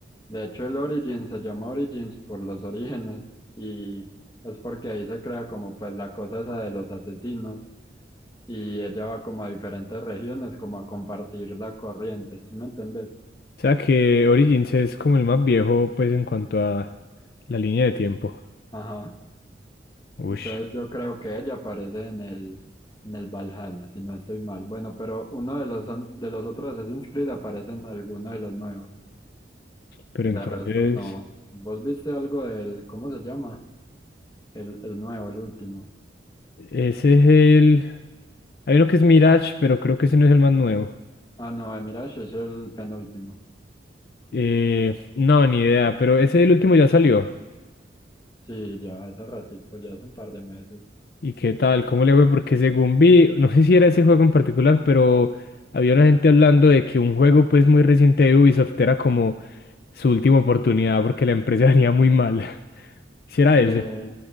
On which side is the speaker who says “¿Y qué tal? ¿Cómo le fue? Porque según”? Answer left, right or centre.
Left